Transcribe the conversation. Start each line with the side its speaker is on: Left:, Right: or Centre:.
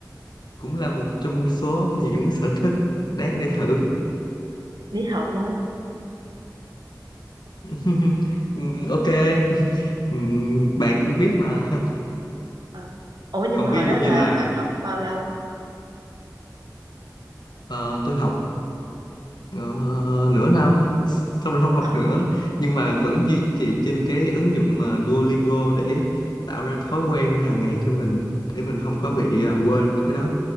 Left: cũng là một trong số những sở thích đáng để thử
Right: lý học á.
Left: <laughs> Ừm, ok <laughs> Ừm, bạn cũng biết mà <laughs>
Right: Ờ. Ủa nhưng
Left: còn
Right: mà hồi
Left: ví
Right: đó
Left: dụ như
Right: là
Left: là
Right: bạn học bao lâu?
Left: ờ, tôi học ờ, nửa năm xong rồi không học
Right: À,
Left: nữa nhưng mà vẫn duy trì trên cái ứng dụng mà Duolingo để tạo ra thói quen hàng ngày cho mình để mình không có bị ờ, quên cái đó